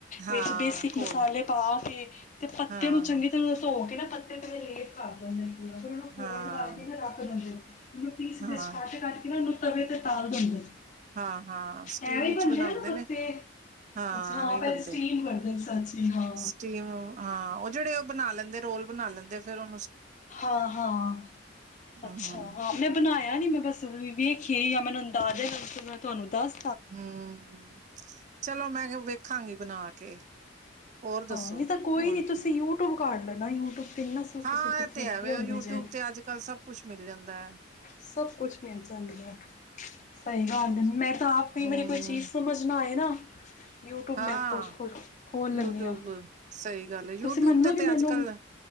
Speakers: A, on the right (about 40°); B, on the left (about 40°).
A: ਹਾਂ
B: ਵਿੱਚ ਬੇਸਿਕ
A: ਘੋਲ
B: ਮਸਾਲੇ ਪਾ ਕੇ। ਤੇ ਪੱਤੇ
A: ਹਾਂ
B: ਨੂੰ ਚੰਗੀ ਤਰ੍ਹਾਂ ਰਸੋ ਕੇ ਨਾ ਪੱਤੇ ਤੇਂ ਲੇਪ ਕਰ ਦਿੰਦੇ ਨੇ। ਫਿਰ ਉਹਨੂੰ ਫੋਨ
A: ਹਾਂ
B: ਮਾਰਕੇ ਨਾ ਰੱਖ ਦਿੰਦੇ। ਪੀਸ
A: ਹਾਂ
B: ਦੇ ਕਰਕੇ ਨਾ ਉਹਨੂੰ ਤਵੇ ਤੇ ਤਾਲ ਦਿੰਦੇ
A: ਹਾਂ ਹਾਂ ਸਟੀਮ
B: ਐਵੇਂ
A: ਵਿੱਚ
B: ਹੀ ਬਣਦੇ
A: ਬਣਾਉਦੇ
B: ਨਾ ਪੱਤੇ
A: ਨੇ ਹਾਂ
B: ਅੱਛਾ
A: ਇਹਵੇ
B: ਪਹਿਲੇ
A: ਬੰਦੇ
B: ਸਟੀਮ ਕਰਦੇ ਨੇ ਸੱਚੀ ਹਾਂ
A: ਸਟੀਮ ਹਾਂ ਉਹ ਜਿਹੜੇ ਬਣਾ ਲੈਂਦੇ ਰੋਲ ਬਣਾ ਲੈਂਦੇ ਫਿਰ ਉਹੁ
B: ਹਾਂ- ਹਾਂ
A: ਹੂੰ
B: ਅੱਛਾ, ਹਾਂ ਮੈਂ ਬਣਾਇਆ ਨੀ ਮੈਂ ਬਸ ਵੇਖੀ ਜਾਂ ਮੈਨੂੰ ਅੰਦਾਜੇ। ਤੁਹਾਨੂੰ ਦੱਸ
A: ਹਮ ਚਲੋ ਮੈਂ ਕਿਹਾ ਵੇਖਾਂਗੀ ਬਣਾ ਕੇ ਹੋਰ ਦੱਸੋ
B: ਹਾਂ ਨਹੀਂ ਤਾਂ ਕੋਈ
A: ਹੋਰ
B: ਨੀ ਤੁਸੀਂ ਯੂਟਿਊਬ ਕਰ ਲੈਣਾ ਯੂਟਿਊਬ ਤੇ ਇੰਨਾ ਸੌਖੇ
A: ਹਾਂ
B: ਸੌਖੇ
A: ਇਹ
B: ਤਰੀਕੇ
A: ਤੇ ਹੈਵੇ
B: ਹੁੰਦੇ
A: ਯੂਟਿਊਬ
B: ਜੇ
A: ਤੇ ਅੱਜ ਕੱਲ ਸਭ ਕੁਛ। ਮਿਲ ਜਾਂਦਾ।
B: ਸਭ ਕੁਛ ਮਿਲ ਜਾਂਦਾ ਸਹੀ ਗੱਲ ਹੈ ਮੈਂ ਤਾਂ ਆਪ ਕਈ
A: ਹੂੰ
B: ਵਾਰੀ ਕੋਈ ਚੀਜ਼ ਸਮਝ ਨਾ ਆਏ ਨਾ ਯੂਟਿਊਬ
A: ਹਾਂ
B: ਮੈਂ ਪੁ ਖ ਖੋਲ ਲੈਂਦੀ
A: ਯੂਟਿਊਬ
B: ਹਾਂ
A: ਸਹੀ ਗੱਲ ਹੈ ਯੂਟਿਊਬ
B: ਤੁਸੀਂ ਮੰਨੋ
A: ਤੇ
B: ਕਿ
A: ਤੇ
B: ਮੈਨੂੰ
A: ਅੱਜ ਕੱਲ